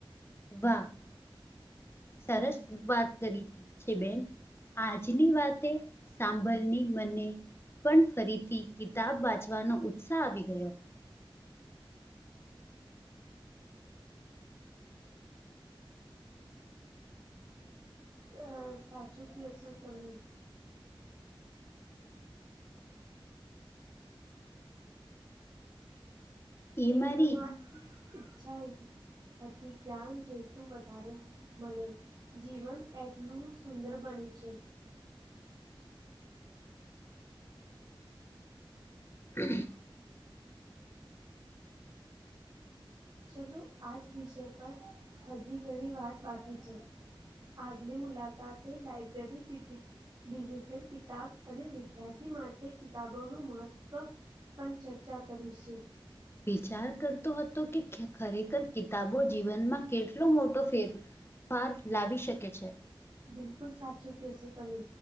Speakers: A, on the left; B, on the right.
A: વાહ સરસ વાત કરી છે બેન. આજની વાતે સાંભળની મને પણ ફરીથી કિતાબ વાંચવાનો ઉત્સાહ આવી ગયો.
B: હા સાચું કહેશો તમે.
A: એ
B: એક
A: મારી
B: માર ઈચ્છા એ. હતી જ્ઞાન જેતુ વધારે મળે. જીવન એટલું સુંદર બને છે.
A: હમ્મ
B: ચલો આજ વિષય પર હજી ઘણી વાત બાકી છે. આગલી મુલાકાત એ લાયબ્રેરી <unintelligible> ડિજિટલ કિતાબ અને વિદ્યાર્થી માટે કિતાબોનું મહત્વ પણ ચર્ચા કરી છે.
A: વિચાર કરતો હતો કે ખરેખર કિતાબો જીવનમાં કેટલો મોટો ફેર. પાર લાવી શકે છે.
B: બિલકુલ સાચું કેયશો તમે